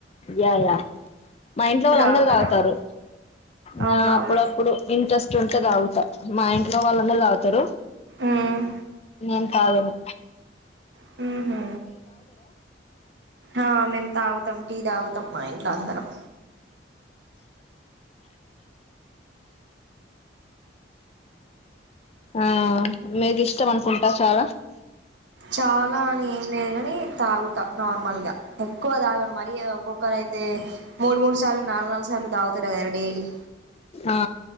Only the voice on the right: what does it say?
తాగుతారా
అవునా
మీ
మ్మ్
హుమ్ హు ఆ మేము తాగుతాం టీ తాగు మా ఇంట్ల అందరం
చాలా అని లేదు గాని తాగుతా నార్మల్గా ఎక్కువ తాగను మరి ఒక్కొక్కరు అయితే మూడు మూడు సార్లు నాలుగు నాలుగు సార్లు తాగుతారు కదా డైలీ